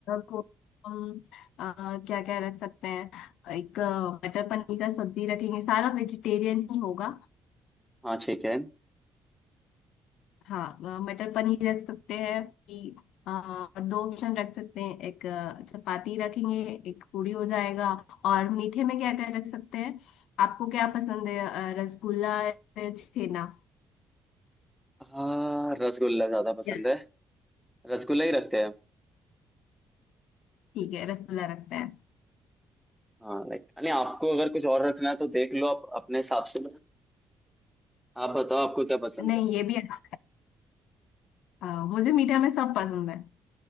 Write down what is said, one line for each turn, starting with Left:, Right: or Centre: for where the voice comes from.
Left: को हम क्या क्या रख सकते हैं एक अ, मटर पनीर का सब्जी रखेंगे सारा वेजिटेरियन ही होगा
Centre: हाँ ठीक है
Left: हाँ अ, मटर पनीर रख सकते हैं कि, अ, और दो ऑप्शन रख सकते हैं एक अ, चपाती रखेंगे एक पूरी हो जाएगा और मीठे में क्या क्या रख सकते हैं आपको क्या पसंद है अ, रसगुल्ला या छेना
Centre: हाँ रसगुल्ला ज्यादा पसंद
Left: या-
Centre: है रसगुल्ला ही रखते हैं
Left: ठीक है रसगुल्ला रखते हैं
Centre: हाँ लाइक नहीं आपको अगर कुछ और रखना है तो देख लो आप अपने हिसाब से आप बताओ आपको क्या पसंद
Left: नहीं
Centre: है
Left: ये भी अच्छा अ, मुझे मीठे में सब पसंद है